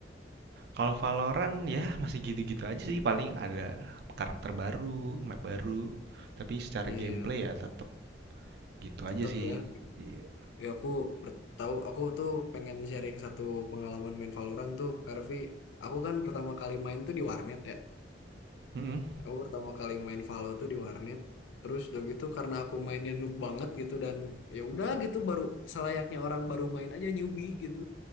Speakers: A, on the right; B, on the left.
A: Kalau Valorant ya masih gitu-gitu aja sih paling ada karakter baru, map baru. Tapi secara
B: Iya,
A: gameplay ya tetap gitu
B: tetep
A: aja sih.
B: ya.
A: Iya.
B: Ya aku per- tahu aku tuh pengen sharing satu pengalaman main Valorant tuh, Karvi. Aku kan pertama kali main tuh di warnet ya.
A: Mm-mm.
B: Aku pertama kali main Valo tuh di warnet. Terus udah gitu karena aku mainnya noob banget gitu dan ya udah gitu baru selayaknya orang baru main aja newbie gitu.